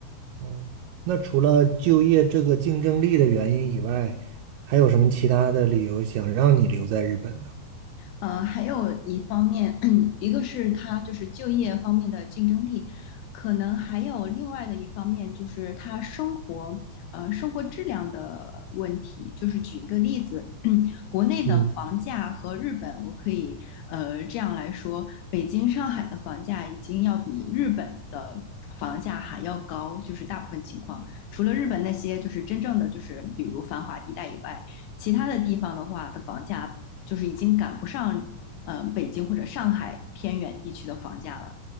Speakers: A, on the right; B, on the left.
A: 哦。那除了就业这个竞争力的原因以外，还有什么其他的理由想让你留在日本呢？
B: 呃，还有一方面，<clears throat> 一个是它就是就业方面的竞争力，可能还有另外的一方面就是它生活，呃，生活质量的问题。就是举一个例子，<clears throat> 国内的房价和日本，
A: 嗯。
B: 我可以呃这样来说，北京、上海的房价已经要比日本的房价还要高，就是大部分情况，除了日本那些就是真正的就是比如繁华地带以外，其他的地方的话的房价。就是已经赶不上嗯，北京或者上海偏远地区的房价了。